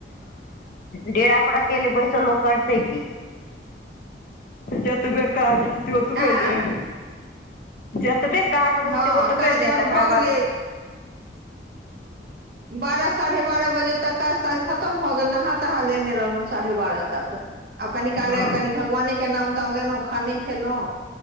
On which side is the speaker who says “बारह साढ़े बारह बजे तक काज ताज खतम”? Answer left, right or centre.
Right